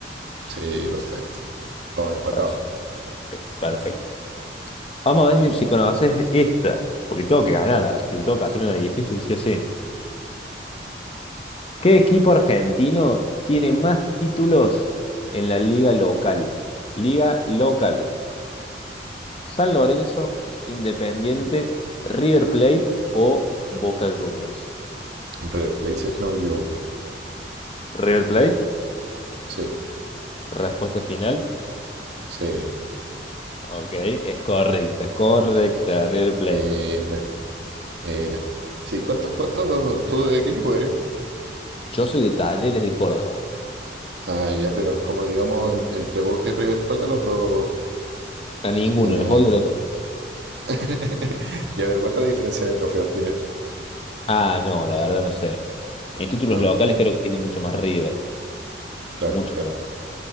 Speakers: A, on the right; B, on the left.
A: Sí, perfecto. Vamos empatados.
B: Perfecto, perfecto. Vamos a ver si, si conoces esta, porque tengo que ganar, así que tengo que hacer una difícil, sí o sí. ¿Qué equipo argentino tiene más títulos en la liga local? Liga local. San Lorenzo, Independiente, River Plate o Boca Juniors.
A: River Plate, si es que no me equivoco.
B: River Plate,
A: Sí,
B: respuesta final.
A: sí.
B: Ok, es correcta, correcta, River Plate.
A: Mira, mira. Sí, cuántos? cuántos tú de qué equipo eres?
B: Yo soy de Talleres de Córdoba.
A: Ah, ya, pero como digamos, en- entre Boca y River, ¿cuál de los dos
B: A ninguno,
A: que tiene?
B: los odio a los dos.
A: <laughs> Ya, pero ¿cuánta diferencia de trofeos tienen?
B: Ah, no, la verdad no sé. En títulos
A: Ah,
B: locales creo que tiene mucho más River,
A: claro,
B: muchos
A: claro.
B: más.